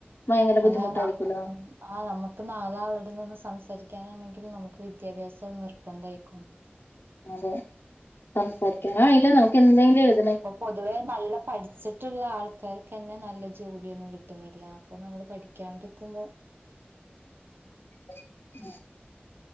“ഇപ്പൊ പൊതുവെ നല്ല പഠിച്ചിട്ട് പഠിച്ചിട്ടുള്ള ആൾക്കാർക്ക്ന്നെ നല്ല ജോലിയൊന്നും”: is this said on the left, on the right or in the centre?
Right